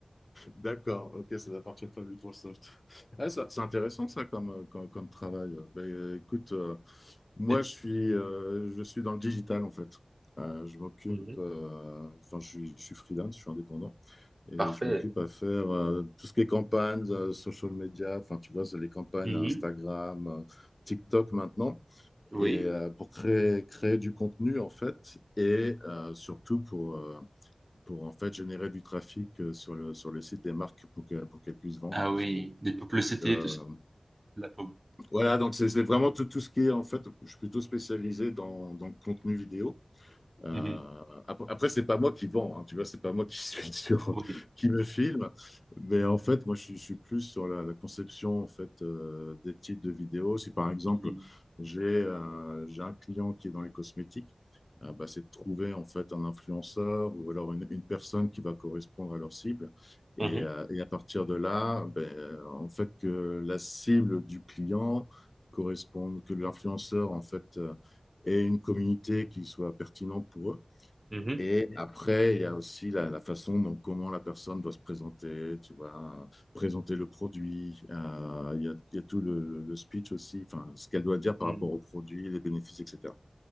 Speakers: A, on the left; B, on the right.
A: d'accord, ok, ça n'appartient pas à Microsoft. Ah, ça- c'est intéressant, ça, comme, euh, comme, comme travail. Ben, euh, écoute, euh, moi,
B: Et-
A: je suis, euh, je suis dans le digital, en fait. Euh, je m'occupe,
B: Mhm.
A: euh, enfin, je suis, je suis freelance, je suis indépendant. Et
B: Parfait.
A: je m'occupe à faire euh, tout ce qui est campagne, euh, social media, enfin, tu vois, c'est les campagnes
B: Mhm.
A: Instagram, euh, TikTok maintenant,
B: Oui.
A: et euh, pour créer, créer du contenu, en fait, et euh, surtout pour, euh, pour, en fait, générer du trafic euh, sur le, sur le site des marques pour que- pour qu'elles puissent vendre.
B: Ah oui, des publicités,
A: Euh,
B: tout ça. La pub.
A: voilà, donc c'est c'est vraiment tout, tout ce qui est, en fait, je suis plutôt spécialisé dans, dans le contenu vidéo. Euh,
B: Mhm.
A: après, c'est pas moi qui vends, hein, tu vois, c'est pas moi qui suis sur,
B: Oui.
A: <laughs> qui me filme, mais en fait, moi, je, suis je suis plus sur la, la conception en fait euh, des types de vidéos. Si par exemple,
B: Mhm.
A: j'ai euh, j'ai un client qui est dans les cosmétiques, euh, bah, c'est de trouver en fait un influenceur ou alors une, une personne qui va correspondre à leur cible. Et,
B: Mhm.
A: euh, et à partir de là, ben, en fait, que la cible du client corresponde, que l'influenceur en fait euh, ait une communauté qui soit pertinente pour eux.
B: Mhm.
A: Et après, il y a aussi la, la façon dont comment la personne doit se présenter, tu vois, présenter le produit. euh, il y a, il y a tout le, le speech aussi, enfin, ce qu'elle doit dire par
B: Mhm.
A: rapport au produit, les bénéfices, etc.